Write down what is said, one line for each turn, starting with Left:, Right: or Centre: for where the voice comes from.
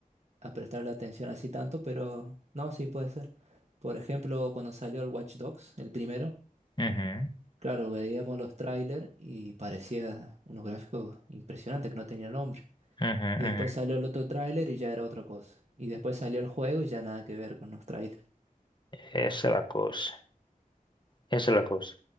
Right: a prestarle atención así tanto, pero no, sí puede ser. Por ejemplo, cuando salió el Watch Dogs, el primero,
Left: Ujú,
Right: claro, veíamos los trailers y parecía unos gráficos impresionantes que no tenían nombre.
Left: ujú,
Right: Y
Left: ujú.
Right: después salió el otro tráiler y ya era otra cosa. Y después salió el juego y ya nada que ver con los trailers.
Left: Esa es la cosa. Esa es la cosa.